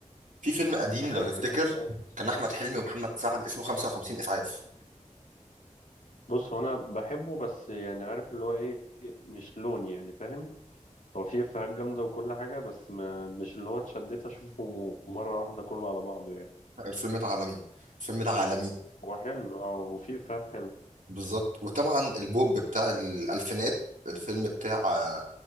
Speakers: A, on the right; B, on the left.
A: في فيلم قديم
B: بحاول
A: لو
B: أفتكر
A: تفتكر
B: حاجات
A: كان احمد حلمي ومحمد سعد اسمه 55 اسعاف
B: بص هو أنا بحبه بس يعني عارف اللي هو إيه مش لوني يعني فاهم هو فيه إفيهات جامدة وكل حاجة بس ما مش اللي هو اتشديت أشوفه مرة واحدة كله على بعضه يعني
A: آه، الفيلم ده عالمي الفيلم ده عالمي
B: هو حلو اه وفيه إفيهات حلوة
A: بالظبط وطبعا البوب بتاع الالفينات الفيلم بتاع آه،